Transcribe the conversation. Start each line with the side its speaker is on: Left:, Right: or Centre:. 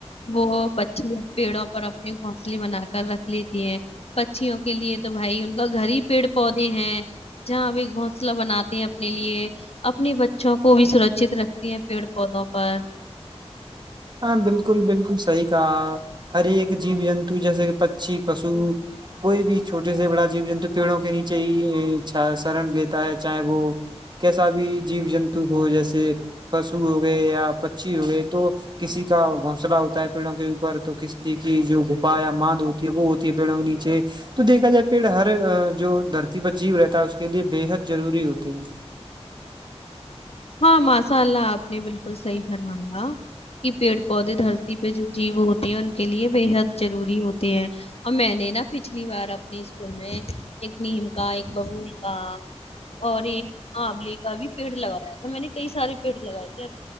Left: وہ پی پیڑوں پر اپنے گھونسلے بنا کر رکھ لیتی ہیں پچھھیوں کے لیے تو بھائی ان کا گھر ہی پیڑ پودے ہیں جہاں بھی گھونسلہ بناتے ہیں اپنے لیے اپنے بچوں کو بھی سرکچت رکھتی ہیں پیڑ پودوں پر
Right: ہاں بالکل بالکل صحیح کہا ہر ایک جیب جنتو جیسے کہ پچھی پشو کوئی بھی چھوٹے سے بڑا جیب جنتو پیڑوں کے نیچے ہیا شرن لیتا ہے چاہے وہ کیسا بھی جیو جنتو ہو جیسے پشو ہو گئے یا پچی ہو گئے تو کسی کا گھسلہ ہوتا ہے پیڑوں کے اوپر تو کسی کی جو گھپا یا ماند ہوتی ہے وہ ہوتی ہے پیڑوں کے نیچے تو دیکھا جائے پیڑ ہر جو دھرتی پر جیو رہتا ہے اس کے لیے بےحد ضروری ہوتے ہیں
Left: ہاں ماشاء اللہ آپ نے بالکل صحیح فرمایا کہ پیڑ پودے دھرتی پہ جو جیو ہوتی <unintelligible> ان کے لیے بےحد ضروری ہوتی ہیں اور میں نے نا پچھلی بار اپنے اسکول میں ایک نیم کا ایک بب کا اور ایک ہاںبلیے کا بھی پیڑ لگا <unintelligible> تھا میں نے کئی سارے پیڑ لگائے تھے اب